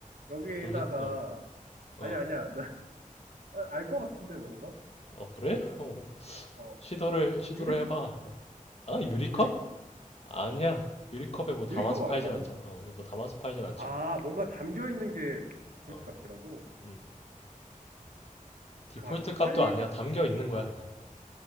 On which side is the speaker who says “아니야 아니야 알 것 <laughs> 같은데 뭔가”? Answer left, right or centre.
Right